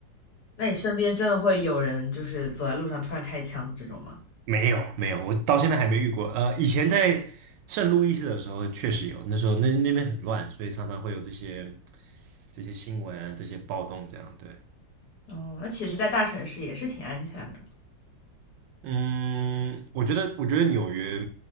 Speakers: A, on the left (about 60°); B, on the right (about 75°).
A: 那你身边真的会有人就是走在路上突然开枪的这种吗？
B: 没有没有，我到现在还没遇过。呃，以前在圣路易斯的时候确实有，那时候那那边很乱，所以常常会有这些这些新闻啊，这些暴动这样，对。
A: 哦，那其实，在大城市也是挺安全的。
B: 嗯，我觉得，我觉得纽约